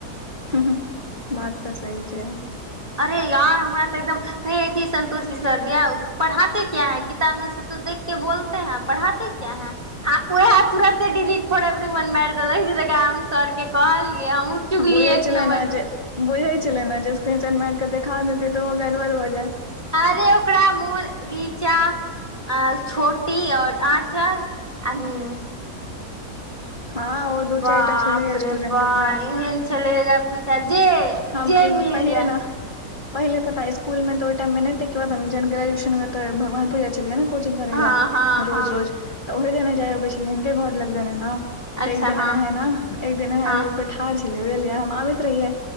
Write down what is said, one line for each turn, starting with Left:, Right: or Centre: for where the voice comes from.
Left: हुं, बात तऽ सही छै यार।
Right: अरे यार हमरा तऽ एकदम। कहैया कि संतोष जी सर दिया उ पढ़ाते क्या है किताब मे से तो देख के बोलत हैं पढ़ाते क्या हैं, आ उहेए तुरऽते डिलीट फॉर एवरीवन मारि देलक। सर के कहलिये हमहूँ चुगलि
Left: बुझै
Right: एक
Left: छलै
Right: नम्बर
Left: ने
Right: के।
Left: जे बुझै छले ने जे स्क्रीन सॉट मारि के देखा देते तऽ ओहो गड़बड़ भऽ जैत।
Right: अरे ओकरा मोन रीचा। आर छोटी आओर आचल आ मीनु।
Left: हँ ओ। दू
Right: बाप
Left: चारि टा छलैया
Right: रे
Left: स्टूडेंट
Right: बा
Left: ओकरा
Right: एहन छलै आब पीछा जे
Left: हम
Right: जे
Left: एक
Right: मिल
Left: पहिले
Right: जाय।
Left: ने पहिले पता स्कुल मे तऽ ओहि टाइम मे नहि तैके बाद हम जहन ग्रेजुएशन मे तऽ भगवान पूर जाय छलियै ने। कोचिंग करै
Right: हँ
Left: लेए
Right: हँ हँ
Left: रोज- रोज। तऽ ओहि दने जाय अबै छलिए हुनके के घर लग दने ने तऽ
Right: अच्छा
Left: एक दिन
Right: हँ
Left: एनाहे न एक दिन एनाहे
Right: हँ
Left: रोड पर। ठाढ़ छलै बुझलियै हम आबैत रहियै।